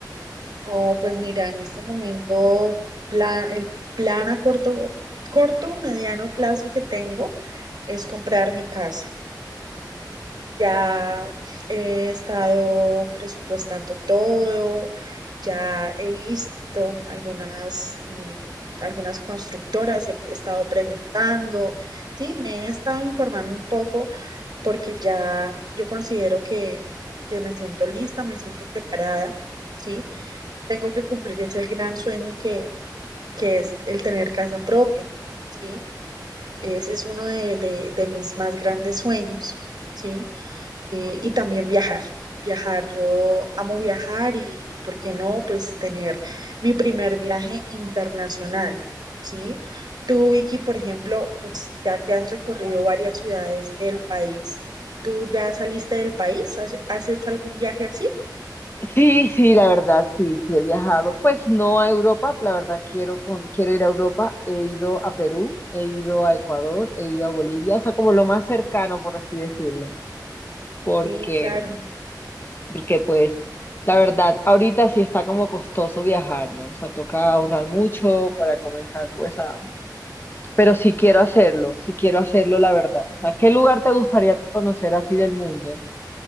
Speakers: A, on the right; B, on the left.
A: Oh, pues mira, en este momento plan, el plan a corto, corto, mediano plazo que tengo es comprar mi casa. Ya he estado presupuestando todo, ya he visto algunas, eh, algunas constructoras, he estado preguntando, sí, me he estado informando un poco porque ya yo considero que, que me siento lista, me siento preparada, ¿sí? tengo que cumplir ese gran sueño que, que es el tener casa propia, ¿sí? Ese es uno de, de, de mis más grandes sueños, ¿sí? Eh, y también viajar, viajar. Yo amo viajar y, y, ¿por qué no? Pues tener mi primer viaje internacional, ¿sí? Tú, Vicky, por ejemplo, pues, ya que has recorrido varias ciudades del país, ¿tú ya saliste del país? ¿Has, has hecho algún viaje así?
B: Sí, sí, la verdad, sí, sí he viajado. Pues no a Europa, la verdad quiero con, quiero ir a Europa. He ido a Perú, he ido a Ecuador, he ido a Bolivia, o sea, como lo más cercano, por así decirlo, porque
A: Sí, claro.
B: porque pues la verdad, ahorita sí está como costoso viajar, ¿no? O sea, toca ahorrar mucho para comenzar pues a... Pero sí quiero hacerlo, sí quiero hacerlo, la verdad. O sea, ¿qué lugar te gustaría conocer así del mundo?